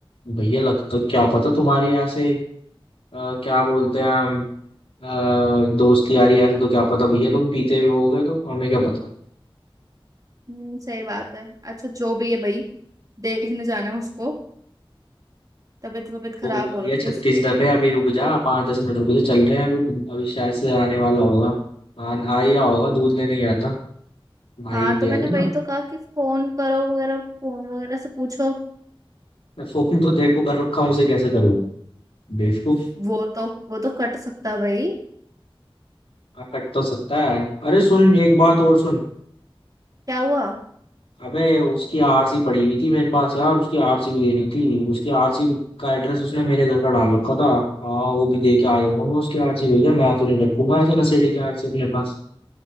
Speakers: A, on the left; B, on the right.
A: भैया लगता क्या पता तुम्हारी ऐसे अ, क्या बोलते हैं हम, अ, दोस्त यारी ऐसे तो क्या पता भैया तुम पीते भी होगे तो हमें क्या पता
B: हम्म सही बात है अच्छा जो भी है भाई देखने जाना है उसको तबीयत वबीयत
A: बोल
B: खराब
A: तो दिया
B: हो रखी
A: छत्तीस
B: है उसकी
A: दफे अभी रुक जा पाँच दस मिनट रुक जा चल रहे हैं अभी अभी शायद से आने वाला होगा आ, आ ही रहा होगा दूध लेने गया था भाई
B: हाँ तो
A: गया
B: मैंने
A: था
B: वही
A: ना
B: तो कहा कि फोन करो वगैरह फोन वगैरह से पूछो
A: मैं फोन तो तेरे को कर रखा हूँ उसे कैसे करूँ बेवकूफ
B: तो वो तो वो तो कट सकता है भाई
A: हाँ, कट तो सकता है अरे सुन एक बात और सुन
B: क्या हुआ
A: अबे उसकी आरसी पड़ी हुई थी मेरे पास यार उसकी आरसी भी देनी थी उसकी आरसी का एड्रेस उसने मेरे घर का डाल रखा था हाँ वो भी दे के आ जाऊंगा मैं उसकी आरसी भैया मैं तो नहीं रखूंगा ऐसे नशेड़ी की आरसी अपने पास